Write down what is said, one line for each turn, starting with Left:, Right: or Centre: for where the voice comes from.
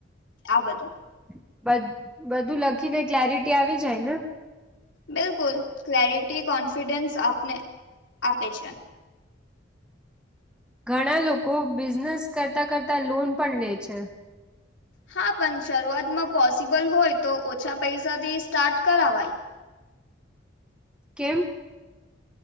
Left: આ બધું.
Centre: <unintelligible> બધું લખી ને ક્લેરિટી આવી જાય ને
Left: બિલકુલ ક્લેરિટી કોન્ફિડન્સ આપને આપે છે.
Centre: ઘણા લોકો બિઝનેસ કરતા કરતા લોન પણ લે છે.
Left: હા પણ શરૂઆતમાં પોસિબલ હોય તો ઓછા પૈસાથી સ્ટાર્ટ કરાવાય.
Centre: કેમ